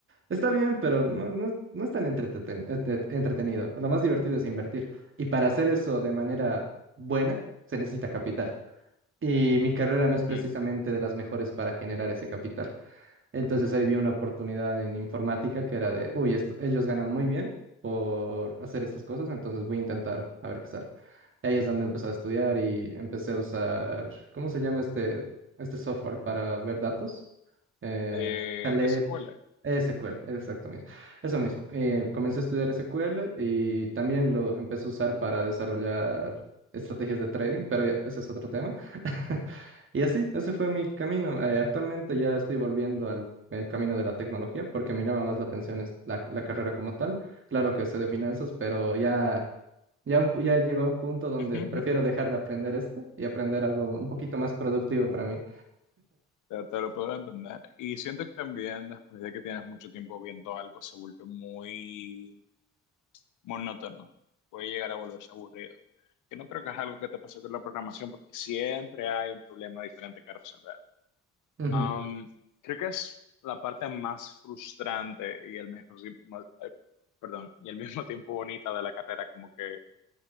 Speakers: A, on the right; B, on the left.
A: está bien, pero no, no, es no es tan entreteten- entre- entretenido. Lo más divertido es invertir. Y para hacer eso de manera buena, se necesita capital. Y mi carrera no
B: Ujú.
A: es precisamente de las mejores para generar ese capital. Entonces ahí vi una oportunidad en informática que era de, uy, esto- ellos ganan muy bien por hacer estas cosas, entonces voy a intentar a ver qué sale. Ahí es donde empecé a estudiar y empecé a usar, ¿cómo se llama este, este software para ver datos? eh,
B: Eh,
A: Select,
B: SQL.
A: SQL, exacto mismo. Eso mismo. Eh, comencé a estudiar SQL y también lo empecé a usar para desarrollar estrategias de trading, pero ya, ese es otro tema. <laughs> Y así, ese fue mi camino. Eh, actualmente ya estoy volviendo al eh, camino de la tecnología porque me llama más la atención es la, la carrera como tal. Claro que sé de finanzas, pero ya, ya, un pu- ya llegó a un punto donde
B: Ujú.
A: prefiero dejar de aprender esto y aprender algo un poquito más productivo para mí.
B: Te, te lo puedo entender. Y siento que también después de que tienes mucho tiempo viendo algo se vuelve muy monótono. Puede llegar a volverse aburrido. Que no creo que es algo que te pase con la programación porque siempre hay un problema diferente que resolver.
A: Ujú.
B: Am, creo que es la parte más frustrante y el mismo, eh, perdón, y al mismo tiempo bonita de la carrera, como que